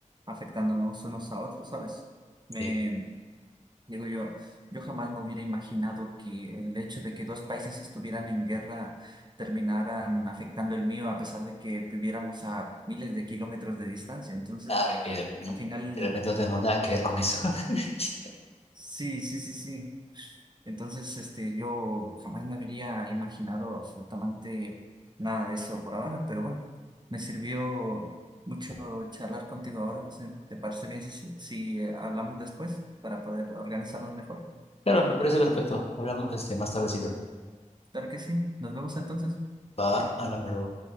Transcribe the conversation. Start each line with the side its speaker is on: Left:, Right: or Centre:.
Right: afectándonos unos a otros, ¿sabes? Me
Left: Sí.
Right: digo yo, yo jamás me hubiera imaginado que el hecho de que dos países estuvieran en guerra terminaran afectando el mío a pesar de que viviéramos a miles de kilómetros de distancia. Entonces,
Left: Claro, y que y
Right: al final,
Left: realmente no tenemos nada que ver con eso. <laughs>
Right: sí, sí, sí, sí. Entonces, este, yo jamás me habría imaginado absolutamente nada de eso por ahora, pero bueno, me sirvió charlar contigo ahora, José. ¿Te parece bien si, si eh, hablamos después para poder organizarnos mejor?
Left: Claro, me parece perfecto. Hablamos de este más tardecito.
Right: Claro que sí. Nos vemos entonces.
Left: Va, hablámoslo.